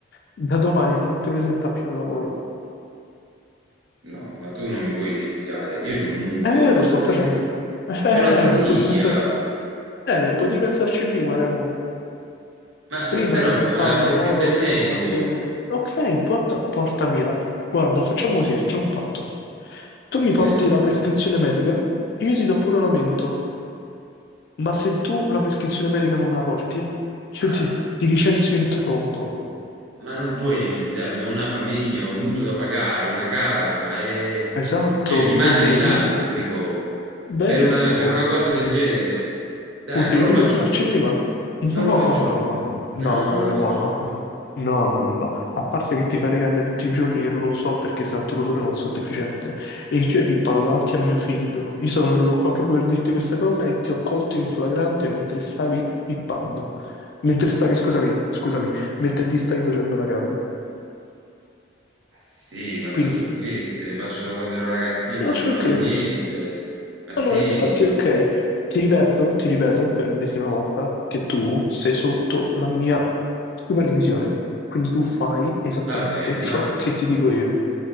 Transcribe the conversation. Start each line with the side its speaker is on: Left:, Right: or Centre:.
Left: da domani non ti presenta più al lavoro.
Right: No, ma tu non mi puoi licenziare, io c'ho un mutuo
Left: Eh,
Right: da pagare,
Left: lo sto facendo. Eh,
Right: c'è
Left: eh, eh,
Right: una famiglia,
Left: eh, potevi pensar- bene, potevi pensarci prima, Remo.
Right: ma
Left: prima
Right: questa roba
Left: di pippare
Right: me l'ha
Left: al
Right: prescritta
Left: lavoro
Right: il medico.
Left: e farti regalare. Ok, porta- portami là. Guarda, facciamo così, facciamo un patto. Tu
Right: Ok.
Left: mi porti la prescrizione medica, e io ti do pure
Right: Sì.
Left: un aumento, ma se tu la prescrizione medica non me la porti, io
Right: Eh,
Left: ti, ti licenzio in tronco.
Right: ma non puoi licenziarmi, ho una famiglia, ho un mutuo da pagare, una casa, e...
Left: Esatto,
Right: cioè mi mandi
Left: potevi,
Right: all'astrico
Left: benissimo,
Right: per una, per una cosa del genere. Dai,
Left: potevi
Right: non lo faccio
Left: pensarci
Right: più,
Left: prima.
Right: non
Left: No, no,
Right: lo faccio
Left: no,
Right: più,
Left: no, no, no,
Right: no,
Left: no, no,
Right: non lo
Left: Remo,
Right: faccio
Left: no.
Right: più.
Left: No, no, no, no. a parte che ti fai le canne tutti i giorni e lo so perché sento l'odore e non sono deficiente. E in più hai pippato davanti a mio figlio. Io sono venuto qua proprio per dirti questa cosa e ti ho colto in flagrante mentre stavi pippando. Mentre stavi, scusami, scusami, mentre ti stavi facendo una canna.
Right: Ah, Sì, ma
Left: Quindi,
Right: sono sciocchezze, le faccio da quando ero ragazzino,
Left: sono
Right: non
Left: sciocchezze.
Right: mi fanno niente. Ma
Left: No,
Right: sì,
Left: no, infatti, ok. Ti ripeto, ti ripeto per l'ennesima volta che tu sei sotto la mia supervisione. Quindi tu fai esattamente
Right: va bene,
Left: ciò
Right: va bene.
Left: che ti dico io.